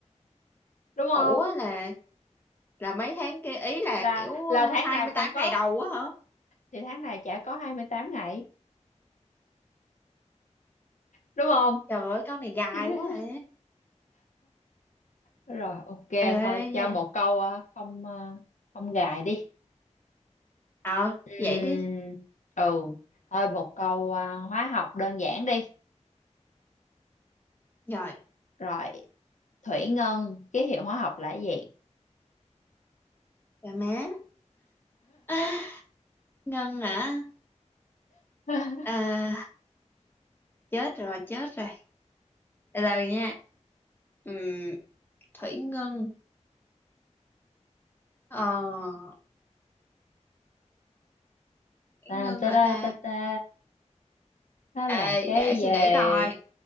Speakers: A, on the left; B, on the left.
A: đúng không?
B: Ủa là là mấy tháng kia ý là
A: Là
B: kiểu
A: là
B: ờ,
A: tháng
B: hai
A: nào
B: mươi
A: cũng
B: tám
A: có
B: ngày đầu á hả?
A: thì tháng này chả có 28 ngày, đúng không?
B: Trời ơi câu này dài
A: <laughs>
B: quá à.
A: Rồi, ok
B: Ê
A: thôi cho
B: nha.
A: một câu ờ, không ờ, không gài đi.
B: Ờ
A: Ừm,
B: vậy đi.
A: ừ, thôi một câu ờ, hóa học đơn giản đi.
B: Rồi,
A: Rồi, thủy ngân ký hiệu hóa học là cái gì?
B: dạ má. <laughs> Ngân hả?
A: <laughs>
B: À, chết rồi, chết rồi. Từ từ nha. Ừm, Thủy Ngân. Ờ Thủy
A: ta
B: Ngân
A: ta
B: hả
A: ta
B: ta?
A: ta ta nó
B: Ê,
A: là cái
B: để
A: gì
B: suy nghĩ coi.